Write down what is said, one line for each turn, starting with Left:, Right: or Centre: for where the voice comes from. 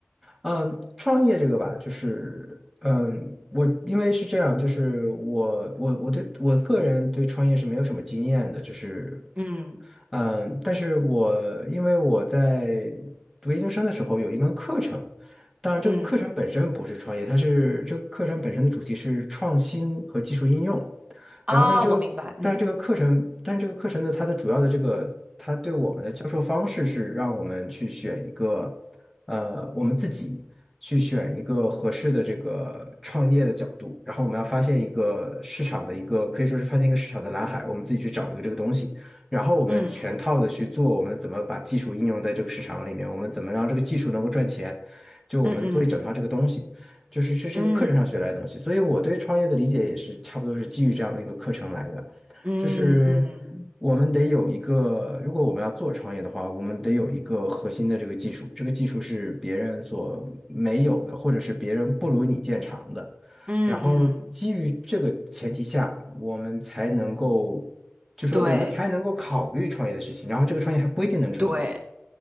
Centre: 嗯，创业这个吧，就是嗯，我因为是这样，就是我我我对我个人对创业是没有什么经验的，就是
Right: 嗯
Centre: 嗯，但是我因为我在读研究生的时候有一门课程，当然这个课程本身不是创业，
Right: 嗯
Centre: 它是这个课程本身的主题是创新和技术应用。
Right: 啊，
Centre: 然后但这个但这个课程，
Right: 我明白，嗯
Centre: 但这个课程呢，它的主要的这个它对我们的教授方式是让我们去选一个呃我们自己去选一个合适的这个创业的角度，然后我们要发现一个市场的一个可以说是发现一个市场的蓝海，我们自己去找一个这个东西。然后我们全套的去做，
Right: 嗯
Centre: 我们怎么把技术应用在这个市场里面，我们怎么让这个技术能够赚钱，就我们做一整套这个东西，
Right: 嗯嗯
Centre: 就是这是一个课程上学来的东西，
Right: 嗯
Centre: 所以我对创业的理解也是差不多是基于这样的一个课程来的，
Right: 嗯嗯。
Centre: 就是
Right: 嗯
Centre: 我们得有一个，如果我们要做创业的话，我们得有一个核心的这个技术，这个技术是别人所没有的，或者是别人不如你见长的。
Right: 嗯嗯，
Centre: 然后基于这个前提下，我们才能够就说我们才能够考虑创业的事情，
Right: 对
Centre: 然后这个创业还不一定能成功。
Right: 对